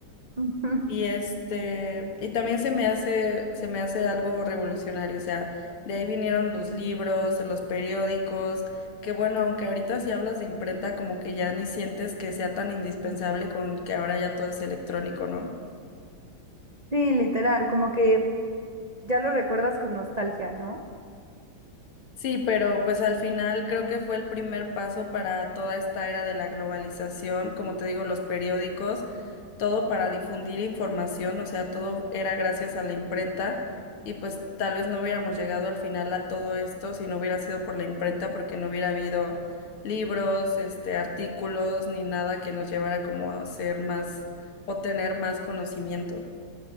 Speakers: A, on the right; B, on the left.
A: <laughs>
B: Y este, y también se me hace, se me hace algo revolucionario, o sea, de ahí vinieron los libros, los periódicos, que bueno, aunque ahorita si hablas de imprenta, como que ya ni sientes que sea tan indispensable con que ahora ya todo es electrónico, ¿no?
A: Sí, literal, como que ya lo recuerdas con nostalgia, ¿no?
B: Sí, pero pues al final creo que fue el primer paso para toda esta era de la globalización, como te digo, los periódicos, todo para difundir información, o sea, todo era gracias a la imprenta y pues tal vez no hubiéramos llegado al final a todo esto si no hubiera sido por la imprenta, porque no hubiera habido libros, este, artículos ni nada que nos llevara como a ser más o tener más conocimiento.